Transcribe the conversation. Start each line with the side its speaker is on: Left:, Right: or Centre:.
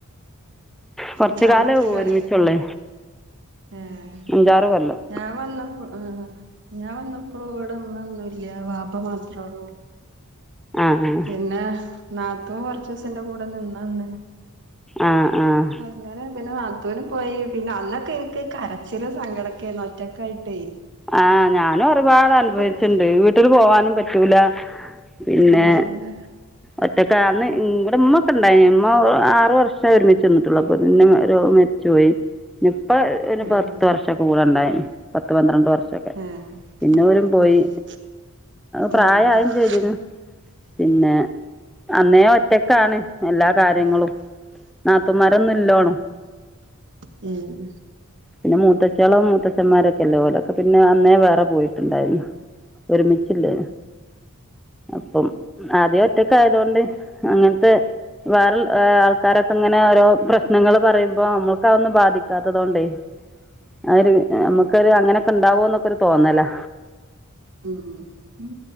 Centre: കുറച്ച്
Right: ഞാനും
Centre: കാലം
Right: ഒറ്റക്കാണ്
Centre: ഒരുമിച്ചുള്ളേ
Right: ഏഹ്
Centre: അഞ്ചാറ് കൊല്ലം
Right: ഞാൻ വന്നപ്പോ ഞാൻ വന്നപ്പളും ഇവിടന്ന ല്ല വാപ്പ മാത്ര ഉള്ളു
Centre: ആഹ് ആഹ്
Right: പിന്നെ നാത്തൂൻ കൊറച്ചീസം എന്റ കൂട നിന്ന അന്ന്
Centre: ആഹ് ആഹ്
Right: അങ്ങനെ പിന്നെ നാത്തൂനും പോയി പിന്നെ അന്നൊക്കെ എനിക്ക് കരച്ചിലും സങ്കടൊക്കെ ആയിരുന്നു ഒറ്റക്കായിട്ടേ
Centre: ആഹ് ഞാനും ഒരുപാട് അനുഭവിച്ച്ണ്ട്
Right: നമ്മക്ക്
Centre: ട്ടിലും പോവാനും പറ്റൂല പിന്നെ
Right: ഏഹ്
Centre: ഒറ്റക്കെ അന്ന് ഇവ്ടെ ഉമ്മക്കെ ഇണ്ടായിനി ഇമ്മ ആറു വർഷം ഒരുമിച്ചിന്നിട്ടുള്ളൂ അപ്പൊ ഇമ്മ ഒരു മര ചോയി ഇപ്പ ഒരു
Right: ഏഹ്
Centre: പത്ത് വർഷം കൂടെ ഉണ്ടായിനി പത്ത് പന്ത്രണ്ട് വർഷ പിന്നെ
Right: ഏഹ്
Centre: ഓരും പോയി
Right: ഏഹ് നമ്മളെ
Centre: പ്രായ ആയും ചെയ്തിനി പിന്നെ അന്നേ ഒറ്റക്കാണ് എല്ലാ കാര്യങ്ങളും നാത്തൂന്മാരൊന്നും ഇല്ലോണും
Right: വീട്ടിൽ
Centre: പിന്നെ മൂത്തച്ചിയോളും മൂത്ത ച്ചമ്മാരൊക്കെല്ലേ ഓലൊക്കെ പിന്നെ അന്നേ വേറെ പോയിട്ടുണ്ടായിരുന്നു ഒരുമിച്ചില്ലേ അപ്പം ആദ്യം ഒറ്റക്കായതൊണ്ട് അങ്ങനത്തെ വേറെ ആൾക്കാരൊ അങ്ങനെ ഓരോ പ്രശ്നങ്ങള് പറയുമ്പോ നമ്മൾക്കതൊന്നും ബാധിക്കാത്തതൊണ്ടേ ആഹ് ഒരു നമുക്കൊരു അങ്ങനെയൊക്കെ ഇണ്ടാവോന്നൊക്കെ ഒരു തോന്നലാ
Right: ഉം ഉം ഉം